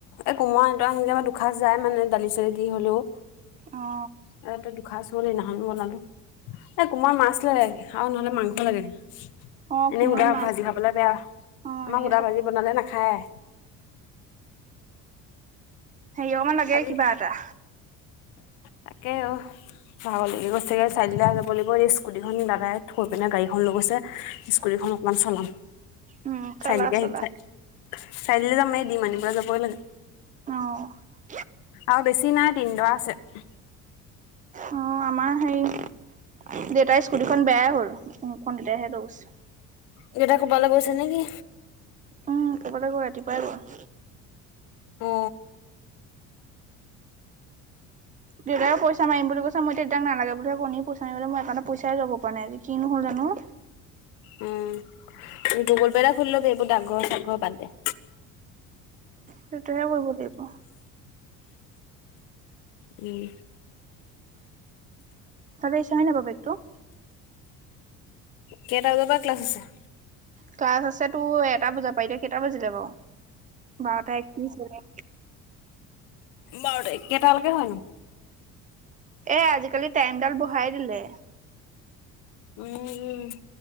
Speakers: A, on the left; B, on the right.
A: এই কোমৰা এটা আনিলে দুখাঁচ যায় মানে দালি চালি দি হলেও
B: অ
A: ততে দুখাচ হল সেইদিনাখন বনানো এ কোমাৰ মাছ লাগে আও নহ'লে মাংস লাগে
B: অ
A: এনেই
B: কোমোৰাত
A: সুধা
B: মাছ
A: ভাজি খাবলে বেয়া
B: অ
A: আমাৰ
B: এনেকে
A: সুধা
B: খাব
A: ভাজি বনালে নাখায়
B: হেৰি অকমান লাগে
A: আজি
B: কিবা এটা
A: তাকে অ ভাগ লাগি গৈছেগে চাইডিলা যাব লাগিব এই স্কুটিখন দাদাই থৈ পিনে গাড়ীখন লৈ গৈছে। স্কুটিখন অকণমান চলাও
B: উম চলা
A: চাৰিআলিকে
B: চলা
A: আহ চ চাৰিআলি যাম এই ডিম আনিব যাবৈ লাগে
B: অ
A: আৰু বেছি নাই তিনিদৰা আছে
B: অ আমাৰ হে দেউতাৰ স্কুটিখনন বেয়াই হ'ল, মোখন দেউতাই হে লৈ গৈছে।
A: দেউতাই কবালে গৈছে নেকি?
B: উম ক'ৰবালে গ'ল ৰাতিপুৱাই গল
A: অ
B: দেউতাক পইচা মাৰিম বুলি কৈছে মই দেউতাক নালাগে বুলি কৈছোঁ পাইচা মাৰিবলে মই একাউণ্টত পইচাই যাব পৰা নাই আজি কি নহ'ল জানো
A: উম গুগল পে এটা খুলি লবি এইবোৰ ডাকঘৰ চাগঘৰ বাদ দে
B: সেইটোহে কৰিব লাগিব
A: উম
B: চাবি চোৰে নিব বেগটো
A: কেইটা বজাৰ পৰা ক্লাছ আছে?
B: ক্লাছ আছে তোৰ এটা বজাব পাই এতিয়া কেইটা বজিলে বাৰু বাৰটা একত্ৰিশ হলেই।
A: বাৰ কেইটালৈকে হয়নো?
B: এ আজিকালি টাইমডাল বঢহাই দিলে।
A: উম,